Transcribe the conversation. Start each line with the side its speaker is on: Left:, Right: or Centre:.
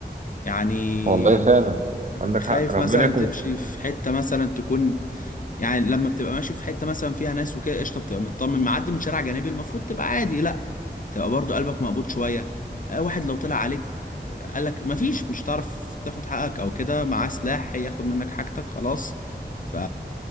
Left: يعني
Right: والله فعلا عندك
Left: خايف
Right: حق ربنا
Left: مثلا
Right: يكون
Left: تمشي في حتة مثلا تكون يعني لما بتبقى ماشي في حته مثلا فيها ناس وكده قشطه بتبقى مطمن معدي من شارع جانبي المفروض تبقى عادي لا تبقى برضو قلبك مقبوض شويه آه واحد لو طلع عليك آه، قالك مفيش مش هتعرف تاخد حقك او كده معاه سلاح هياخد منك حاجتك خلاص ف